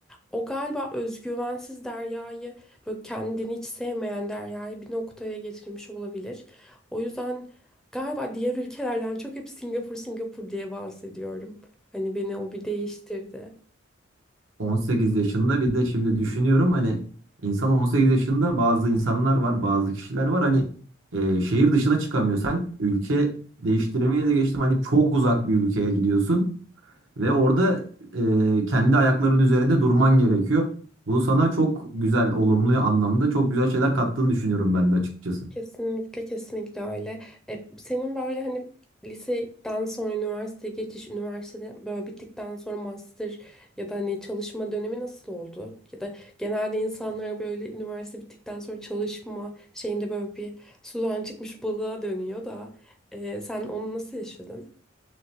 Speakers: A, in the centre; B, on the right.
A: O galiba özgüvensiz Derya'yı böyle kendini hiç sevmeyen Derya'yı bir noktaya getirmiş olabilir. O yüzden galiba diğer ülkelerden çok hep Singapur Singapur diye bahsediyorum. Hani beni o bir değiştirdi.
B: 18 yaşında bir de şimdi düşünüyorum hani insan 18 yaşında bazı insanlar var bazı kişiler var hani e, şehir dışına çıkamıyor sen ülke değiştirmeye de geçtim hani çok uzak bir ülkeye gidiyorsun ve orada e, kendi ayakların üzerinde durman gerekiyor. Bu sana çok güzel olumlu anlamda çok güzel şeyler kattığını düşünüyorum ben de açıkçası.
A: Kesinlikle kesinlikle öyle. E, senin böyle hani liseden sonra üniversiteye geçiş, üniversitede böyle bittikten sonra master ya da hani çalışma dönemi nasıl oldu? Ya da genelde insanlar böyle üniversite bittikten sonra çalışma şeyinde böyle bir sudan çıkmış balığa dönüyor da e, sen onu nasıl yaşadın?